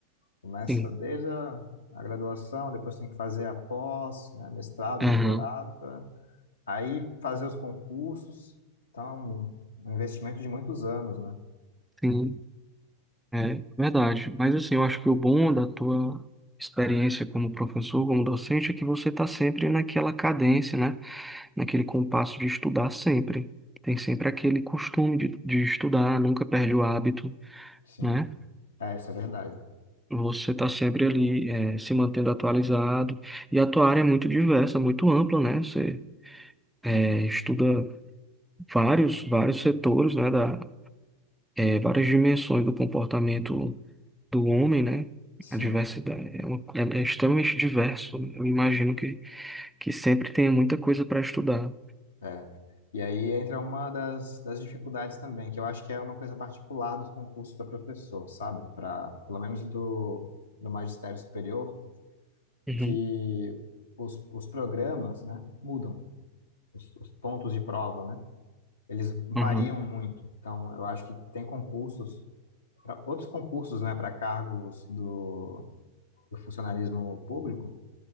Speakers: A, on the left; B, in the centre.
A: Começa
B: Sim.
A: desde a, a graduação, depois tem que fazer a pós, né? Mestrado,
B: Aham,
A: doutorado, Aí fazer os concursos, tá um, um investimento de muitos anos, né?
B: Sim, é verdade. Mas assim, eu acho que o bom da tua experiência como professor, como docente, é que você está sempre naquela cadência, né? Naquele compasso de estudar sempre. Tem sempre aquele costume de, de estudar, nunca perde o hábito,
A: Sim,
B: né?
A: é, isso é verdade.
B: Você está sempre ali, é, se mantendo atualizado. E a tua área é muito diversa, muito ampla, né? Você, é, estuda vários, vários setores, né, da, é, várias dimensões do comportamento do homem, né?
A: Sim,
B: A diversidade é, uma- é- é extremamente diverso. Eu imagino que, que sempre tenha muita coisa para estudar.
A: é. E aí entra uma das, das dificuldades também, que eu acho que é uma coisa particular dos concursos para professor, sabe? Para, pelo menos do, do magistério superior,
B: Uhum,
A: que os, os programas, né, mudam, os, os pontos de prova, né? Eles
B: uhum,
A: variam muito. Então, eu acho que tem concursos, pra, outros concursos, né, para cargos do do funcionalismo público,